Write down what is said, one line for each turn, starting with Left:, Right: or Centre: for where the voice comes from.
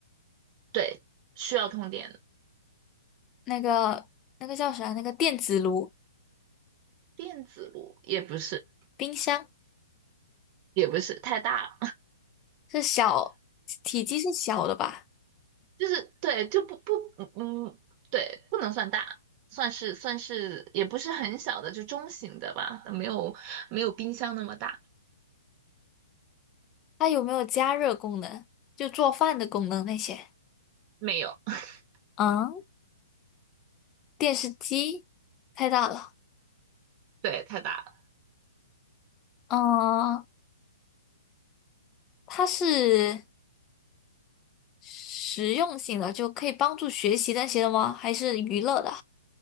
Right: 对，需要通电的，
Left: 那个那个叫啥？那个电子炉、
Right: 电子炉也不是，
Left: 冰箱
Right: 也不是太大了，
Left: 是小，体积是小的吧？
Right: <laughs> 就是对，就不不，嗯，对，不能算大，算是算是，也不是很小的，就中型的吧，没有没有冰箱那么大，
Left: 它有没有加热功能？就做饭的功能那些？
Right: 没有，<laughs>
Left: 嗯，电视机太大了。
Right: 对，太大了。
Left: 嗯，它是实用性的，就可以帮助学习那些的吗？还是娱乐的？